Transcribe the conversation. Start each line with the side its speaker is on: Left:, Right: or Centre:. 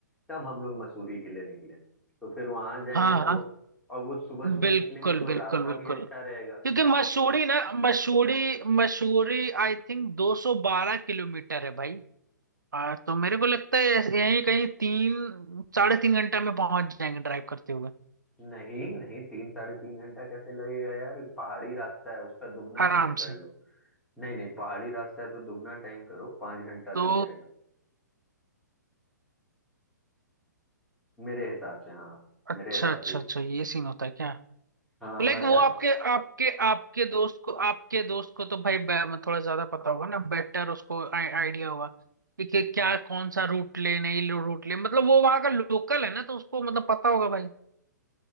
Centre: तब हम लोग मसूरी के लिए निकले तो फिर वहां जाएंगे
Right: हाँ
Centre: तो
Right: हाँ
Centre: और वो सुबह सुबह
Right: बिल्कुल
Centre: निकलेंगे तो
Right: बिल्कुल
Centre: रास्ता
Right: बिल्कुल
Centre: भी अच्छा रहेगा
Right: क्योंकि मसूरी ना Mussoorie Mussoorie I think 212 kilometre है भाई आ, तो मेरे को लगता है ऐसे- यहीं कहीं तीन साढ़े तीन घंटा में पहुंच जाएंगे ड्राइव करते हुए
Centre: नहीं नहीं तीन साढ़े तीन घंटा कैसे लगेगा यार पहाड़ी रास्ता है उसका दुगना समय
Right: आराम
Centre: कर
Right: से
Centre: लो नहीं नहीं पहाड़ी रास्ता है तो दुगना टाइम करो पांच घंटा
Right: तो
Centre: लग जाएगा मेरे हिसाब से हाँ
Right: अच्छा
Centre: मेरे हिसाब
Right: अच्छा
Centre: से
Right: अच्छा ये सीन होता है क्या
Centre: हाँ
Right: लाइक
Centre: हाँ
Right: वो
Centre: यार
Right: आपके आपके आपके दोस्त को आपके दोस्त को तो भाई बै- थोड़ा ज्यादा पता होगा ना बेटर उसको आइडिया होगा कि, कि क्या कौन सा रूट ले नहीं रूट ले मतलब वो वहां का लोकल है ना तो उसको मतलब पता होगा भाई